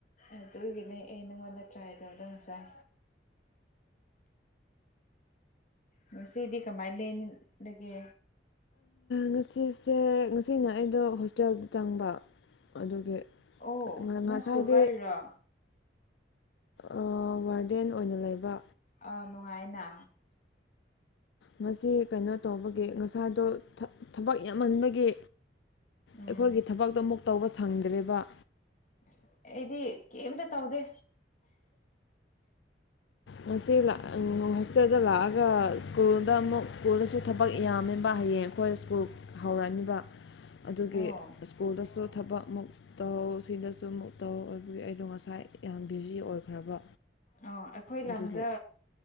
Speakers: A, on the left (about 45°); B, on the left (about 80°).
A: ꯑꯗꯨꯒꯤꯅꯦ ꯑꯩ ꯅꯪꯉꯣꯟꯗ ꯇ꯭ꯔꯥꯏ ꯇꯧꯗꯣ ꯉꯁꯥꯏ ꯉꯁꯤꯗꯤ ꯀꯃꯥꯏꯅ ꯂꯦꯟꯂꯒꯦ
B: ꯉꯁꯤꯁꯦ ꯉꯁꯤꯅ ꯑꯩꯗꯣ ꯍꯣꯁꯇꯦꯜꯗ ꯆꯪꯕ ꯑꯗꯨꯒꯤ
A: ꯑꯣ
B: ꯉꯁꯥꯏꯗꯤ
A: ꯅꯪ ꯁ꯭ꯀꯨꯜ ꯀꯥꯔꯤꯔꯣ
B: ꯑꯥ ꯋꯥꯔꯗꯦꯟ ꯑꯣꯏꯅ ꯂꯩꯕ
A: ꯑꯥ ꯅꯨꯡꯉꯥꯏꯅ
B: ꯉꯁꯤ ꯀꯩꯅꯣ ꯇꯧꯕꯒꯤ ꯉꯁꯥꯏꯗꯣ ꯊꯕꯛ ꯌꯥꯝꯃꯟꯕꯒꯤ
A: ꯎꯝ
B: ꯑꯩꯈꯣꯏꯒꯤ ꯊꯕꯛꯇꯣ ꯑꯃꯨꯛ ꯇꯧꯕ ꯁꯪꯗ꯭ꯔꯦꯕ
A: ꯑꯁ ꯑꯩꯗꯤ ꯀꯩꯝꯇ ꯇꯧꯗꯦ
B: ꯉꯁꯤ ꯍꯣꯁꯇꯦꯜꯗ ꯂꯥꯛꯑꯒ ꯁ꯭ꯀꯨꯜꯗ ꯑꯃꯨꯛ ꯁ꯭ꯀꯨꯜꯗꯁꯨ ꯊꯕꯛ ꯌꯥꯝꯃꯦꯕ ꯍꯌꯦꯡ ꯑꯩꯈꯣꯏ ꯁ꯭ꯀꯨꯜ ꯍꯧꯔꯛꯑꯅꯤꯕ ꯑꯗꯨꯒꯤ
A: ꯑꯣ
B: ꯁ꯭ꯀꯨꯜꯗꯁꯨ ꯊꯕꯛ ꯃꯨꯛ ꯇꯧ ꯁꯤꯗꯁꯨ ꯑꯃꯨꯛ ꯇꯧꯕꯒꯤ ꯑꯩꯗꯣ ꯉꯁꯥꯏ ꯌꯥꯝ ꯕꯤꯖꯤ ꯑꯣꯏꯈ꯭ꯔꯕ
A: ꯑꯣ ꯑꯩꯈꯣꯏ
B: ꯑꯗꯨꯒꯤ
A: ꯂꯝꯗ